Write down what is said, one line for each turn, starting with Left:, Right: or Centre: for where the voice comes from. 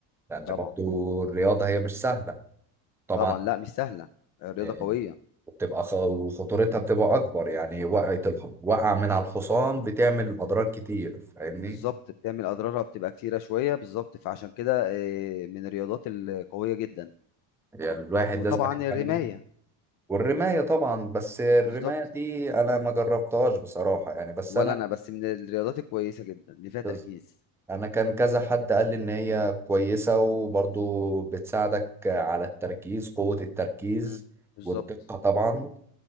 Centre: لان برضو
Left: طبعا
Centre: الرياضه هي مش سهله طبعا
Left: طبعا لا مش سهلة آه، رياضة
Centre: آه،
Left: قوية
Centre: وبتبقى خ- وخطورتها بتبقى اكبر يعني وقعت الح... وقع من على الحصان بتعمل اضرار كتير فاهمني
Left: بالظبط بتعمل أضرارها بتبقى كتيرة شوية بالظبط فعشان كده آه، من الرياضات القوية جدا
Centre: يعني الواحد
Left: وطبعا
Centre: لازم يتعلم
Left: الرماية
Centre: والرمايه طبعا بس الرمايه
Left: بالظبط
Centre: دي انا ما جربتهاش بصراحه يعني بس
Left: ولا
Centre: انا
Left: أنا بس من الرياضات الكويسة جدا اللي فيها تركيز
Centre: بس انا كان كذا حد قال لي ان هي كويسه وبرضو بتساعدك على التركيز قوه التركيز
Left: مم، بالظبط
Centre: والدقه طبعا